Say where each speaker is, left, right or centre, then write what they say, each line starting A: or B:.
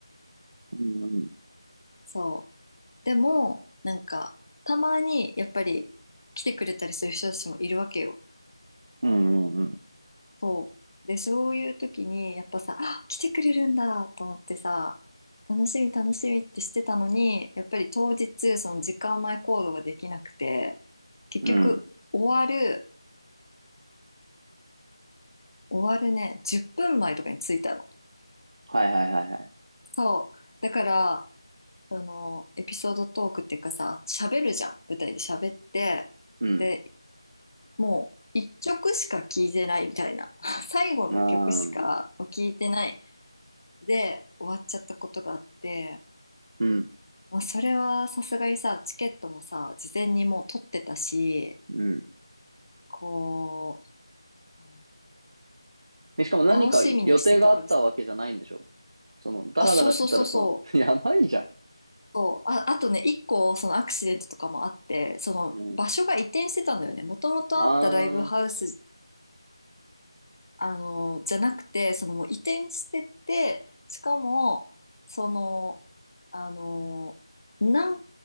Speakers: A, on the right; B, on the left.
A: うん。
B: そう。でも、なんか、たまにやっぱり来てくれたりする人たちもいるわけよ。
A: うん。うん。うん。
B: そう。で、そういう時に、やっぱさ、あ、来てくれるんだと思ってさ、楽しみ楽しみってしてたのに、やっぱり当日、その時間前行動ができなくて、結局、
A: うん
B: 終わる、終わるね、10分前とかに着いたの。
A: はいはいはいはい。
B: そう。だから、その、エピソードトークっていうかさ、喋るじゃん。舞台で喋って、
A: うん。
B: で、もう一曲しか聴いてないみたいな <laughs> 最後の曲しか聴いてない
A: あー
B: で終わっちゃったことがあって、
A: うん。
B: まあ、それはさすがにさチケットもさ事前にもう取ってたし
A: うん。
B: こうあ
A: でしかも何か予定があったわけじゃないんでしょ
B: の楽しみにしてたからさ
A: その、ダラダラしてたらその、
B: あそうそうそうそう
A: <laughs> やばいじゃん。
B: そうあ、あとね一個そのアクシデントとかもあってその場所が移転してたんだよねもともとあったライブハウス
A: うん。ああ、
B: あの、じゃなくて、そのもう移転してって、しかも、その、あの、な